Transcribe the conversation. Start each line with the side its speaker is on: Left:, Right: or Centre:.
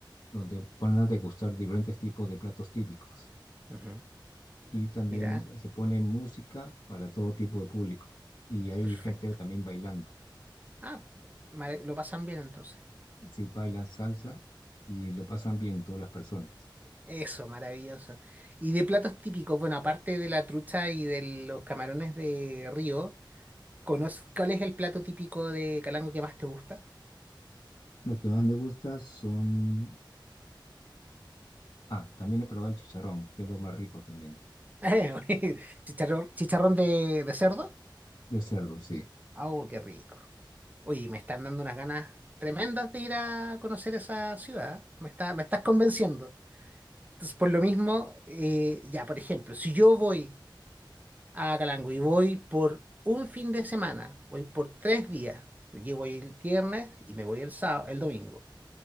Left: donde ponen a degustar diferentes tipos de platos típicos.
Right: ujú.
Left: y también
Right: Mirá,
Left: se pone música para todo tipo de público. Y hay
Right: perfecto.
Left: gente también bailando.
Right: Ah, mara- lo pasan bien entonces.
Left: Sí, bailan salsa y lo pasan bien todas las personas.
Right: Eso, maravilloso. Y de platos típicos, bueno, aparte de la trucha y de los camarones de río, ¿conoces cuál es el plato típico de Calango que más te gusta?
Left: Lo que más me gusta son... Ah, también he probado el chicharrón, que es lo más rico también,
Right: <laughs> Chicharrón, chicharrón de, de cerdo.
Left: de cerdo, sí.
Right: Oh, qué rico. Oye, me están dando unas ganas tremendas de ir a conocer esa ciudad. Me está, me estás convenciendo. Entonces, por lo mismo, eh, ya, por ejemplo, si yo voy a Calango y voy por un fin de semana, voy por tres días, yo voy el viernes y me voy el sábado, el domingo,